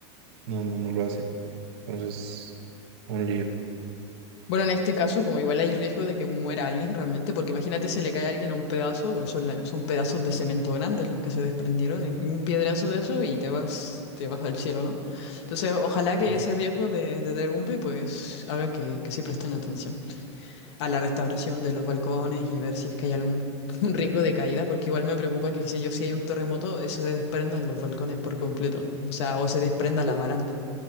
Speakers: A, on the right; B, on the left.
A: no, no, no lo hacen. Entonces, un lío.
B: Bueno, en este caso, como igual hay riesgo de que muera alguien realmente, porque imagínate se le cae a alguien un pedazo, bueno, son, la- son pedazos de cemento grandes los que se desprendieron, en- un piedrazo de eso y te vas, te vas al cielo, ¿no? Entonces, ojalá que
A: Ujú.
B: ese riesgo de, de derrumbe, pues, haga que, que sí presten atención a la restauración de los balcones y ver si es que hay algún <laughs> un riesgo de caída, porque igual me preocupa que, qué sé yo, si hay un terremoto, eso se desprendan los balcones por completo, o sea, o se desprenda la baranda.